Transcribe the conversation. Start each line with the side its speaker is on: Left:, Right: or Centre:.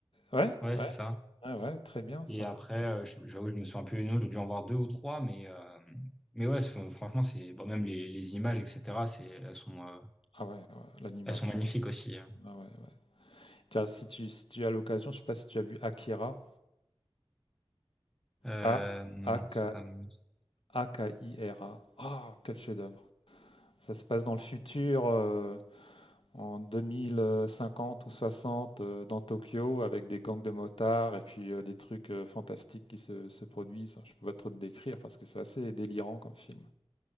Left: Ouais,
Centre: Ouais,
Left: ouais.
Centre: c'est ça.
Left: Ouais, ouais, très bien ça.
Centre: Et après, euh, je- j'avoue, je me souviens plus du nom, j'ai dû en voir deux ou trois, mais, euh, mais ouais, c'est- franchement, c'est, bon, même les, les images, etc., c'est, elles sont, euh,
Left: Ah ouais, ouais, l'animation.
Centre: elles sont magnifiques
Left: et
Centre: aussi. hein.
Left: Ah ouais, ouais. Tiens, si tu, si tu as l'occasion, je sais pas si tu as vu Akira.
Centre: Euh,
Left: A
Centre: non,
Left: A K
Centre: ça me,
Left: A K I R A. Ah, quel chef-d'œuvre. Ça se passe dans le futur, euh, en 2050 ou 60, euh, dans Tokyo, avec des gangs de motards et puis euh, des trucs euh, fantastiques qui se, se produisent. Je peux pas trop te décrire parce que c'est assez délirant comme film.